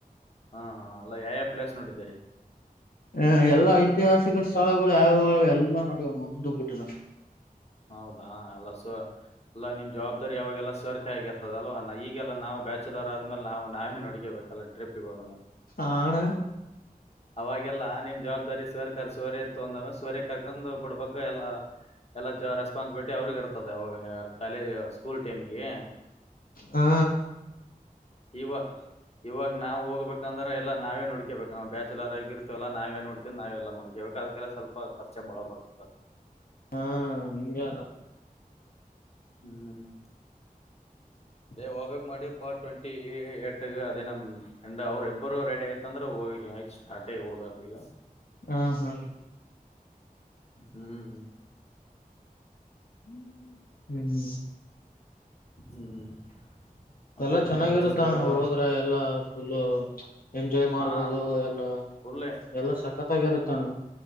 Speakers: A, on the left (about 45°); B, on the left (about 75°).
A: ಹಾ ಹಾ ಅಲ್ಲ ಯಾವ ಯಾವ ಪ್ಲಸ್ಡಿದ್ದೀರಿ
B: ಹ ಎಲ್ಲಾ ಐತಿಹಾಸಿಕ ಸ್ಥಳಗಳು ಯಾವಾಗ ಎಲ್ಲಾ ನಡವಣ ಒಂದ ಬಿಟ್ಟಿಲ್ಲ
A: ಹೌದಾ ಎಲ್ಲ ಸು ಅಲ್ಲ ನಿಮಮ್ಮ ಜವಾಬ್ದಾರಿ ಯಾವಾಗೆಲ್ಲ ಸರ್ಕ ಆಗಿರ್ತದವ ಅ ಈಗೆಲ್ಲ ನಾವು ಬ್ಯಾಚುಲರ್ ಆದ್ಮೇಲೆ ನಾವು ನಾವೇ ನಡಡಿಕಬೇಕಲ್ಲ ಟ್ರಿಪ್ ಗೆ ಹೋದ ನ
B: ಆನ
A: ಅವಾಗೆಲ್ಲಾ ನಿಮ್ ಜವಾಬ್ದಾರಿ ಸರ್ ಕರ್ ಸೋರೆ ಎತ್ತು ಅಂದಮೇಲೆ ಸೋರಿ ಕರ್ಕೊಂಡ್ ಬಿಡ್ಬೇಕು ಎಲ್ಲ ಎಲ್ಲ ಜ ರೆಸ್ಪಾನ್ಸಿಬಿಲಿಟಿ ಅವ್ರಗ ಇರ್ತದೆ ಅವಾಗ ಕಾಲೇಜ್ ಸ್ಕೂಲ್ ಟೈಮಿಗೆ
B: ಹಾ
A: ಇವ ಇವಾಗ ನಾವು ಹೋಗ್ಬೇಕಂದ್ರೆ ಎಲ್ಲ ನಾವೇ ನೋಡ್ಕೇಬೇಕ ಬ್ಯಾ ಲರಾಗಿ ಇರ್ತವಲ್ಲ ನಾವೇ ನೋಡ್ಕೀ ನಾವೆಲ್ಲ ಮಾಡ್ಕೇಬೇಕ ಅದಕ್ಕೆಲ್ಲ ಸ್ವಲ್ ಖರ್ಚ ಬಾಳ ಬರ್ತದ
B: ಹಾ ಹಗೆ
A: ಹ್ಮ್
B: <inaudible>
A: ಅದೇ ಹೋಗ್ಬಕ್ ಮಾಡಿ ಪಾರ್ಟ್ ಟ್ವೆಂಟಿ ಏಟ್ ಅದೇ ನಮ ಅಂಡ್ ಅವ್ರಬ್ಬರು ರೆಡಿ ಆಯ್ತಂದ್ರೆ ಹೋಗ ಆಯ್ತ ಸ್ಟಾರ್ಟೇಗ ಹೋಗದು ಈಗ
B: ಹ ಹಾ
A: ಹ್ಮ್.
B: <inaudible>
A: ಹ್ಮ್. ಮತ್ತೆ
B: ಎಲ್ಲಾ ಚೆನ್ನಾಗಿರುತ್ತಣ್ಣ
A: ನಿಮ್ ಫ್ರೆಂಡ್ಸ್ ಎಲ್ಲರೂ
B: ಹೋದ್ರ ಎಲ್ಲಾ ಫುಲ್ಲ. ಎಂಜಾಯ್ ಮಾಡ್ಬೋದು
A: ಹಾ
B: ಎಲ್ಲ
A: ಫುಲ್
B: ಎಲ್ಲ ಸಖತ್ತಾಗಿರುತ್ತಣ್ಣ.